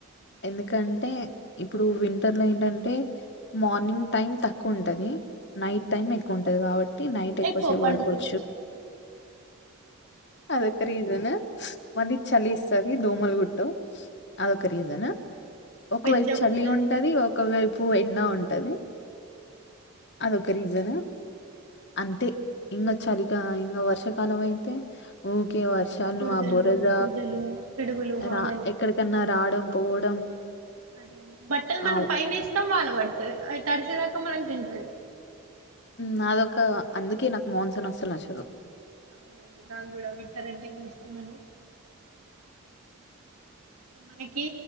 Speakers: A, on the left; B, on the right.
A: ఎందుకంటే ఇప్పుడు వింటర్ లో ఏంటంటే మార్నింగ్ టైం తక్కువ ఉంటది నైట్ టైం ఎక్కువ ఉంటది కాబట్టి నైట్ ఎక్కువసేపు
B: ఎక్కువ పండుకోవచ్చు
A: పడుకోవచ్చు అదక ర ఇదనా మళ్ళీ చలి ఇస్తుది దోమలు గుట్ట అదొక రీజనా ఒకవైపు
B: వెచ్చగుంటది
A: చలి ఉంటది ఒకవైపు ఎండ ఉంటది అదొక రీజన్ అంతే ఇంక చలి గా ఇంకా వర్షాకాలం అయితే ఊకె ఒకే వర్షాలను
B: బురదలు
A: ఆ బురద
B: బురదలు పిడుగులు వానలు
A: రా ఎక్కడికన్నా రావడం పోవడం
B: అదే అండి బట్టలు మనం
A: ఆ
B: పైన వేస్తాం వాన పడుతది అవి తడిసేదాకా మనకు తెలియదు
A: నాదొక అందుకే నాకు మోన్సన్ వస్తుంది నచ్చదు
B: అవునండి నాకు కూడా విక్కారంటే ఏమి ఇష్టం అని మనకి